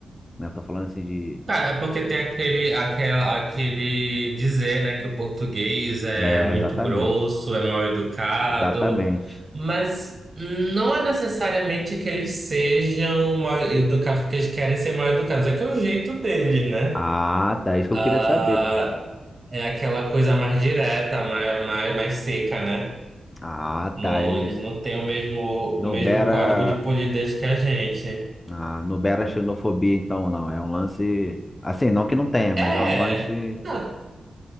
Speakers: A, on the left; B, on the right.
A: né? Tô falando assim de,
B: Cara, é porque tem aquele, aquele, aquele dizer, né, que o português é
A: é,
B: muito
A: exatamente,
B: grosso, é mal educado,
A: exatamente.
B: mas não é necessariamente que eles sejam mal educados porque eles querem ser mal educados, é que é o jeito deles, né?
A: Ah, tá, isso que
B: Ah,
A: eu queria saber.
B: é aquela coisa mais direta, mais, mais, mais seca, né?
A: Ah,
B: Não,
A: tá. e
B: eles não têm o mesmo,
A: Não
B: o mesmo
A: beira,
B: código de polidez que a gente.
A: ah, não beira xenofobia, então, não. É um lance, assim, não que não tenha, mas
B: É,
A: é um lance.
B: não,